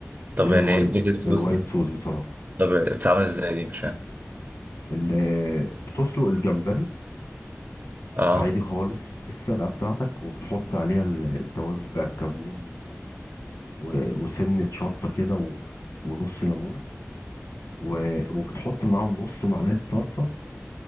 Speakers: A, on the right; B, on the left.
A: طب
B: اللي هي
A: يعني
B: الوايت
A: ايه بيجي الفلوس
B: الوايت
A: دي
B: صوص بصراحه
A: طب بتتعامل ازاي دي مش فاهم
B: اللي بتسلق الجمبري
A: اه
B: عادي خالص السلقه بتاعتك وبتحط عليها ال- التوابل بقى الكمون و- وسنه شطه كده و- ونص ليمونه و- وبتحط معاهم نص معلقه صلصه